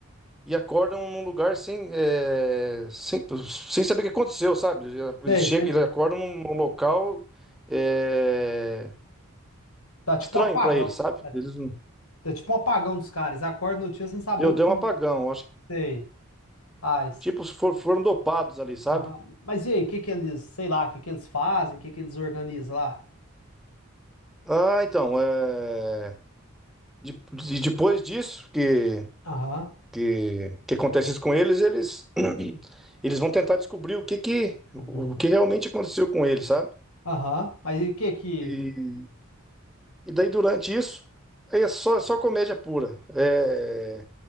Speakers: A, in the centre; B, on the left.
A: e acordam num lugar sem, é, sem, sem saber o que aconteceu, sabe? Eles
B: Sei,
A: chegam,
B: sei.
A: eles acordam num, num local é,
B: Tá tipo
A: estranho
B: um apagão.
A: para eles, sabe?
B: Tá,
A: Eles, não-
B: tá tipo um apagão dos caras. Acorda no dia sem saber
A: deu,
B: o
A: deu
B: que.
A: um apagão, acho que
B: Sei. Faz.
A: tipo for- foram dopados ali, sabe?
B: Aham. Mas e aí, o que que eles, sei lá, o que que eles fazem, o que que eles organizam lá?
A: Ah, então, é, de- de- depois disso que
B: Aham.
A: que, que acontece isso com eles, eles <clears throat> eles vão tentar descobrir o que que
B: Uhum.
A: o que realmente aconteceu com eles sabe?
B: Aham. Mas e o que que.
A: E, e daí durante isso aí é só é só comédia pura, é